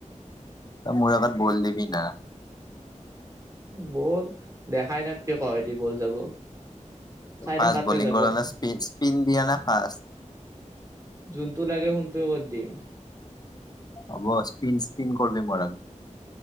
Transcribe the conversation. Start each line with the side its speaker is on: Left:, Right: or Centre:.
Left: তই মোৰ আগত বল দিবিনা।
Right: বল দেখাই নাপবি কোহে দি বল যাব। চাই
Left: ফাষ্ট
Right: থাকাতে
Left: বলিং
Right: যাব
Left: কৰা না, স্পি স্পিন দিয়া নে ফাষ্ট?
Right: যোনটো লাগে সোনটোৱে কৰি দিম।
Left: হ'ব স্পিন স্পিন কৰবি মোৰ আগত।